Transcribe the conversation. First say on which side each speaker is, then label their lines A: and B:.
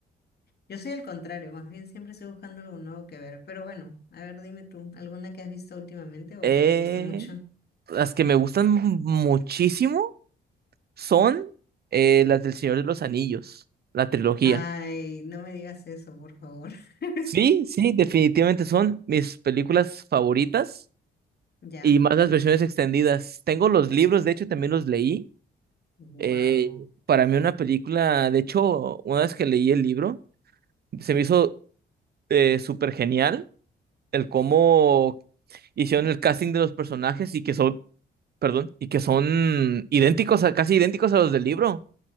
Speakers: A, on the left; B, on the right.
A: Yo soy el contrario, más bien siempre estoy buscando algo nuevo que ver. Pero bueno, a ver, dime tú, ¿alguna que has visto últimamente
B: <laughs>
A: o
B: eh,
A: que te guste mucho?
B: las que me gustan muchísimo son eh, las del Señor de los Anillos, la trilogía.
A: Ay, no me digas eso, por favor. <laughs>
B: Sí, sí, definitivamente son mis películas favoritas.
A: ¿Ya?
B: Y más las versiones extendidas. Tengo los libros, de hecho también los leí.
A: Wow.
B: Eh, para mí una película, de hecho, una vez que leí el libro, se me hizo eh, súper genial el cómo hicieron el casting de los personajes y que son, perdón, y que son idénticos, a, casi idénticos a los del libro.